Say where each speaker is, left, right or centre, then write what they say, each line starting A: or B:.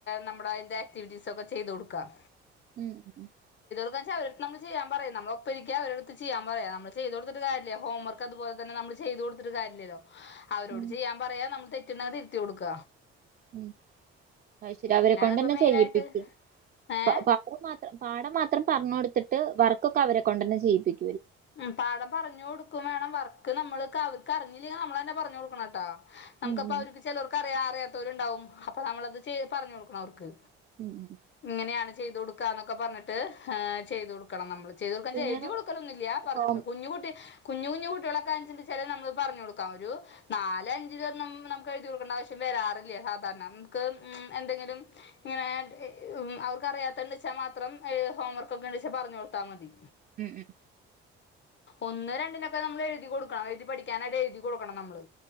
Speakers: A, on the left; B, on the right.
A: നമ്മുടെ അതിന്റെ ആക്ടിവിറ്റീസ് ഒക്കെ ചെയ്ത് കൊടുക്കാം
B: <unintelligible>
A: <unintelligible> നമ്മള് ചെയ്യൻ പറ നമ്മള് ഒപ്പരിക്ക അവരിടുത്ത് ചെയ്യൻ പറയാ നമ്മള് ചെയ് കൊടുതിട്ട് കാര്യംല്ല ഹോംവർക്ക് അതുപലെ തന്നെ നള് ചെയ്ത് കൊടുത്തിട്ട് കാര്യല്ല്യല്ലോ അവരോട്
B: ഉം
A: ചെയ്യാൻ പറയാ നമ്മൾ പറ്റുന്നത് തിരുത്തി കൊടുക്ക
B: ഉം അയ്ശരി അവരെകൊണ്ടന്നെ
A: ഇപ്പൊ മെയിനായിട്ട്
B: ചെയ്യിപ്പിക്ക്
A: ഏ
B: പാ മാത്രം ഇത്രം പറഞ്ഞൊടുത്തിട്ട് വർക്കൊക്കെ അവരെ കൊണ്ടന്നെ ചെയ്യിപ്പിക്ക്-
A: ഉം പാടം പറഞ്ഞുകൊടുക്കും വേണം വർക്ക് ക്ക് നമ്മള് കവർക്ക് അറിഞ്ഞില്ലെങ്കി നമ്മളെന്നെ പറഞ്ഞഞ്ഞൊടുക്കണൊട്ടോ നമുക്കപ്പം
B: ഉം ഉം
A: അവര്ക്ക് ചെലോർക്ക് അറിയാം അറിയ- ത്തരുണ്ടാവും അപ്പൾ നമ്മളത് ചെയ്ത് പറഞ്ഞൊടുക്കണവർക്ക്
B: ഉം
A: ഇങ്ങനെയാണ് ചെയ്ത് കൊടുക്കാന്നൊക്കെ പറഞ്ഞിട്ട് ഹ് ചെയ്ത് കൊടുക്കണം നമ്മൾ ചെയതൊടുക്കാന്നെച്ച
B: പിന്നെ
A: എഴുതി കൊടുക്കലൊന്നില്ല്യ പറഞ്ഞൊടുക്ക
B: ഹോം
A: കുഞ്ഞുകുട്ടി കുഞ്ഞു കുഞ്ഞു കുട്ടികളൊക്കെ ആനെചിച്ചാല് നമ്മള് പറഞ്ഞു കൊടുക്കാം ഒരു നാല് അഞ്ച് നമുക്ക് എഴുതി കൊടുക്കണ്ട ആവശ്യം വരാറില്ല സാധാരണ നമുക്ക് ഉം എന്തെങ്കിലും ഇങ്ങനെ അവർക്ക് അറിയാത്തണ്ടച്ചാ മാത്രം ഹോംവർക്ക് ഒക്കെണ്ടച്ചാ പറഞ്ഞു കൊടുത്താ മതി
B: ഉം ഉം
A: ഒന്ന് രണ്ടിനൊക്കെ നമ്മൾ എഴുതി കൊടുക്കണം എഴുതി പഠിക്കാനായിട്ട് എഴുതി കൊടുക്കണം നമ്മള്